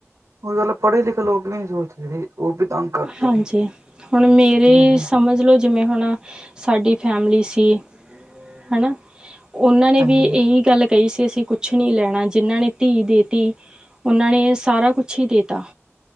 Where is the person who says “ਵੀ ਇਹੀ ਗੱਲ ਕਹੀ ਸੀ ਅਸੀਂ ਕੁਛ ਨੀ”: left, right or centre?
Right